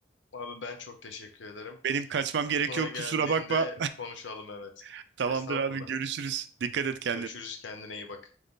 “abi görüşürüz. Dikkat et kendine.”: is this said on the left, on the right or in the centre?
Right